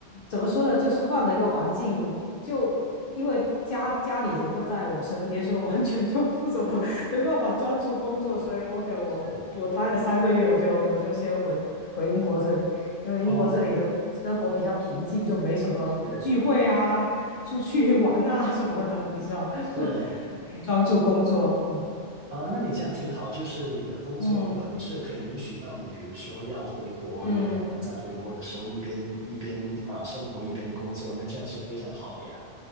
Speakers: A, on the left (about 60°); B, on the right (about 45°).
A: 怎么说呢，就是换了一个环境，就因为家家里人都在我身边，所以完全就不怎么没办法专注工作，所以 OK，我我待了三个月，
B: 是
A: 我就我就先回回英国这里，因为英国这里的生活比较平静，
B: 哦，那
A: 就没什么聚会啊。
B: 是
A: 出去玩啊什么的，你知道，<laughs>
B: 是
A: 可以专注工作。嗯
B: 哦，那你这样挺好，就是你的工作本质可以允许到你，
A: 嗯
B: 比如说要回国，
A: 嗯，
B: 你也能在回国的时候一边一边啊、呃生活一边工作，那这样是非常好的呀。